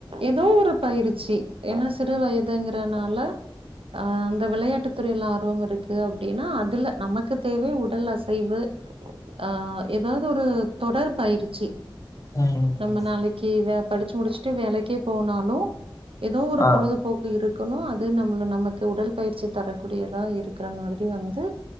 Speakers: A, on the right; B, on the left.
A: எதோ ஒரு பயிற்சி ஏன்னா சிறு வயதுங்றனால அ அந்த வெளையாட்டு துறையில் ஆர்வம் இருக்கு அப்டினா அதுல நமக்கு தேவை உடல் அசைவு ஆ ஏதாவ்து ஒரு தொடர்பயிற்சி
B: ம்,
A: நம்ம
B: ம்.
A: நாளக்கி வெ ச்சு முடிச்ட்டு வேலக்கே போனாலு எதோ ஒரு
B: ஆ
A: பொழுதுபோக்கு இருக் குணோ அது நம்மள நமக்கு உடல் பயிற்சி தரக்கூடியதா இருக்ற மாதிரி வந்து